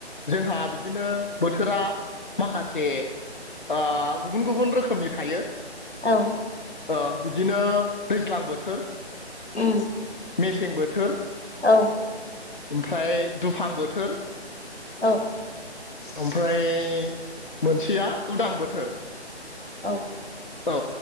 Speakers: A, on the left; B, on the left.
A: जोंहा बिदिनो बोथोरा माखासे आ गुबुन गुबुन रोखोमनि थायो।
B: औ।
A: ओ बिदिनो दैज्लां बोथोर
B: उम।
A: मेसें बोथोर
B: औ।
A: ओमफ्राय दुफां बोथोर
B: औ।
A: ओमफ्राय मोनसेया उदां बोथोर।
B: औ।
A: औ